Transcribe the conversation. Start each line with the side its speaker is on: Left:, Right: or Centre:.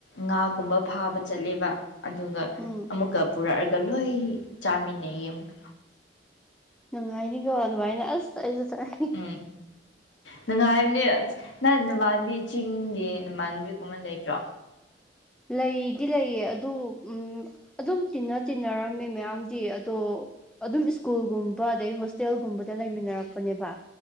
Left: ꯉꯥꯒꯨꯝꯕ ꯐꯥꯕ ꯆꯠꯂꯦꯕ꯫ ꯑꯗꯨꯒ
Centre: ꯎꯝ
Left: ꯑꯃꯨꯛꯀ ꯄꯨꯔꯛꯑꯒ ꯂꯣꯏ ꯆꯥꯃꯤꯟꯅꯩꯌ‌ꯦ ꯑꯃꯨꯛꯀ꯫
Centre: ꯅꯨꯡꯉꯥꯏꯅꯤꯀꯣ ꯑꯗꯨꯃꯥꯏꯅ ꯑꯁ ꯑꯩꯁꯨ ꯆꯠꯅꯤꯡꯉ‌ꯦ꯫
Left: ꯍꯝ ꯅꯨꯡꯉꯥꯏꯕꯅꯤ ꯑꯁ ꯅ ꯅꯃꯥꯟꯕꯤ ꯆꯤꯡꯒꯤ ꯅꯃꯥꯟꯕꯤꯒꯨꯝꯕ ꯂꯩꯇ꯭ꯔꯣ꯫
Centre: ꯂꯩꯗꯤ ꯂꯩꯌꯦ ꯑꯗꯨ ꯎꯝ꯫ ꯑꯗꯨꯝ ꯇꯤꯟꯅ ꯇꯤꯟꯅꯔꯝꯃꯦ ꯃꯌꯥꯝꯗꯤ ꯑꯗꯣ꯫ ꯑꯗꯨꯝ ꯁ꯭ꯀꯨꯜꯒꯨꯝꯕ ꯑꯗꯩ ꯍꯣꯁꯇꯦꯜꯒꯨꯝꯕꯗ ꯂꯩꯃꯤꯟꯅꯔꯛꯄꯅꯦꯕ